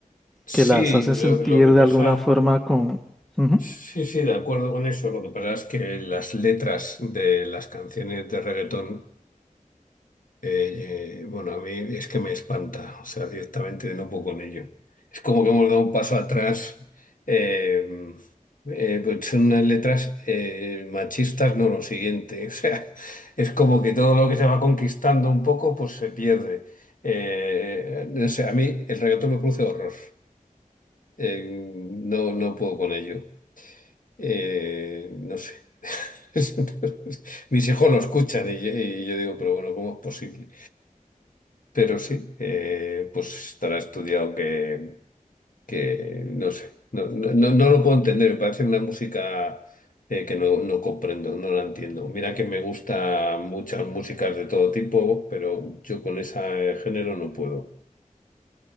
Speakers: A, on the left (about 70°); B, in the centre.
A: Sí,
B: que las hacen
A: lo,
B: sentir
A: lo que pasa,
B: de alguna forma con... Ujú.
A: sí, sí, de acuerdo con eso. Lo que pasa es que las letras de las canciones de reggaetón, eh, eh, bueno, a mí es que me espanta, o sea, directamente no puedo con ello. Es como que hemos dado un paso atrás. eh, eh, pues son unas letras eh, machistas, no lo siguiente. <laughs> O sea, es como que todo lo que se va conquistando un poco, pues se pierde. Eh, no sé, a mí el reggaetón me produce horror. Eh, no, no puedo con ello. Eh, no sé. <laughs> Mis hijos lo escuchan y yo, y yo digo, pero bueno, ¿cómo es posible? Pero sí, eh, pues estará estudiado que, que no sé. No, no, no- no lo puedo entender. Me parece una música eh, que no, no comprendo, no la entiendo. Mira que me gustan muchas músicas de todo tipo, pero yo con ese género no puedo.